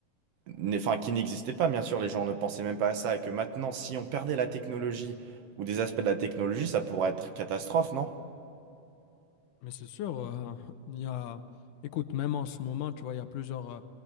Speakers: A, on the right; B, on the left.
A: n'est- Enfin, qui n'existait pas, bien sûr. Les gens ne pensaient même pas à ça. Et que maintenant, si on perdait la technologie ou des aspects de la technologie, ça pourrait être catastrophe, non?
B: Mais c'est sûr, euh, il y a, écoute, même en ce moment, tu vois, il y a plusieurs, euh,